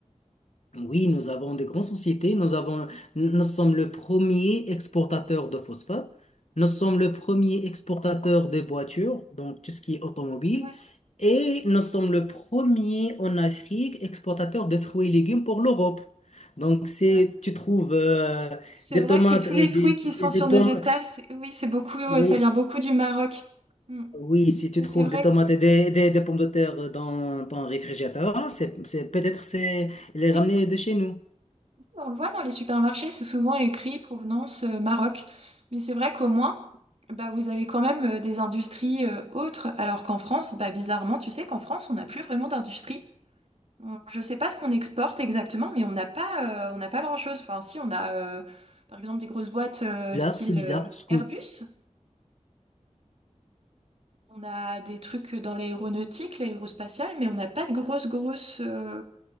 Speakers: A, on the left (about 60°); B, on the right (about 55°).
A: Oui, nous avons des grandes sociétés. Nous avons, nous sommes le premier exportateur de phosphate. Nous sommes le premier exportateur de voitures, donc tout ce qui est automobile.
B: Ouais,
A: Et nous sommes le premier en Afrique exportateur de fruits et légumes pour l'Europe. Donc, c'est,
B: bah,
A: tu trouves euh,
B: c'est
A: des
B: vrai
A: tomates
B: que tous
A: et
B: les fruits
A: des,
B: qui sont
A: et
B: sur
A: des pommes.
B: nos étals, c'est- oui, c'est beaucoup, euh,
A: Oui,
B: ça vient beaucoup du Maroc. Mm.
A: Oui, si tu
B: Et
A: trouves
B: c'est vrai,
A: des tomates
B: que-
A: et des, des, des pommes de terre dans ton réfrigérateur, c'est, c'est, peut-être c'est les
B: oui.
A: ramener de chez nous.
B: On le voit dans les supermarchés, c'est souvent écrit provenance euh, Maroc. Mais c'est vrai qu'au moins, bah, vous avez quand même euh, des industries euh, autres, alors qu'en France, bah, bizarrement, tu sais qu'en France, on n'a plus vraiment d'industrie. On- Je ne sais pas ce qu'on exporte exactement, mais on n'a pas, euh, on n'a pas grand-chose. Enfin, si, on a euh, par exemple des grosses boîtes euh,
A: Bizarre,
B: style
A: c'est bizarre
B: euh,
A: parce que
B: Airbus. On a des trucs dans l'aéronautique, l'aérospatiale, mais on n'a pas de grosses, grosses, euh,